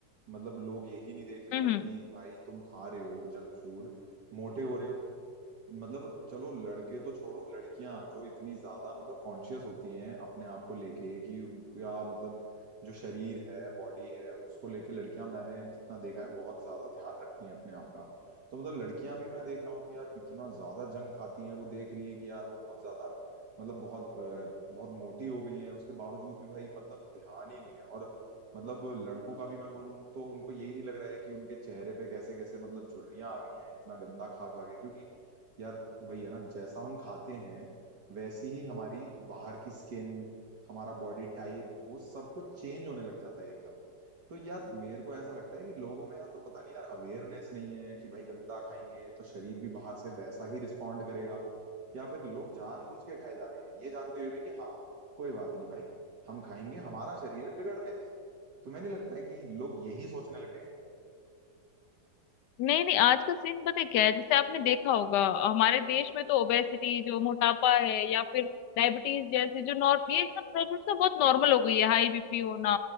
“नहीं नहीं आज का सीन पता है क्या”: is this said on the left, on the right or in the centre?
Left